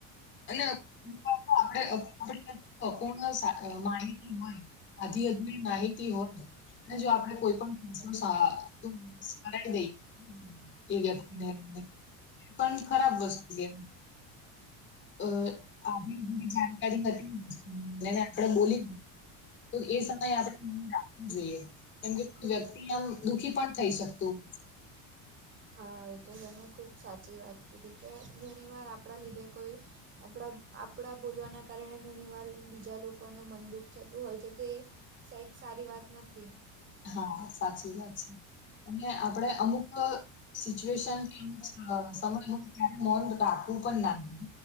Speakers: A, on the left (about 30°); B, on the right (about 30°).
A: અને <inaudible> આપણે અપૂર્ણ માહિતી હોય આધી અધુરી માહિતી હોય. અને જો આપડે કોઈ પણ <unintelligible> કરાઈ દઈ. તે વ્યક્તિને એમને પણ ખરાબ વસ્તુ કેવાય. અ આવી <unintelligible> જાણકારી હતી <unintelligible> આપણેે બોલી તો એ સમયે આપણે નહી રાખવું જોઈએ. કેમ કે કોઈ વ્યક્તિ આમ દુઃખી પણ થઈ શકતું.
B: હા એતો તમે ખૂબ સાચી વાત કીધી કે ઘણી વાર આપણા લીધે કોઈ આપણા આપણા બોલવાના કારણે ઘણીવાર બીજા લોકોનું મનદુઃખ થતું હોય છે તે શાયદ સારી વાત નથી.
A: હા સાચી વાત છે. અને આપડે અમુક સિચ્યુએશન કે અમુક અ સમય હોય ત્યારે મૌન રાખવું પણ ના જોઈએ.